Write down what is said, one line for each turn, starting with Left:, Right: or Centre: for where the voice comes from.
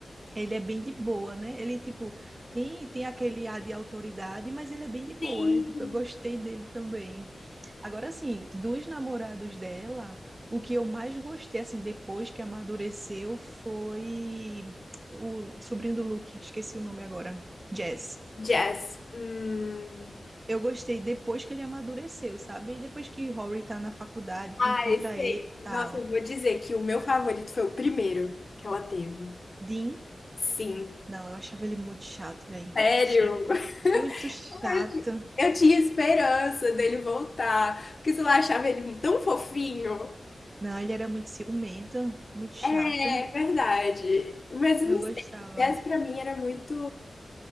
Right: Ele é bem de boa, né? Ele, tipo, tem, tem aquele ar de autoridade, mas ele é bem de
Left: tem
Right: boa. É, tipo, eu gostei dele também. Agora, assim, dos namorados dela, o que eu mais gostei, assim, depois que amadureceu, foi o sobrinho do Luke, esqueci o nome agora, Jazz.
Left: jazz. Hum...
Right: Eu gostei depois que ele amadureceu, sabe? E depois que Rory tá na faculdade, que
Left: Ah,
Right: encontra
Left: sei.
Right: ele e tal.
Left: Nossa, eu vou dizer que o meu favorito foi o primeiro que ela teve.
Right: Dean,
Left: Sim.
Right: não, eu achava ele muito chato, velho.
Left: Sério?
Right: Achava ele
Left: <laughs>
Right: muito chato.
Left: Eu tinha esperança dele voltar, porque sei lá, achava ele tão fofinho.
Right: Não, ele era muito ciumento, muito chato.
Left: É verdade. Mas
Right: Não
Left: eu não
Right: gostava.
Left: sei, o Tess pra mim era muito.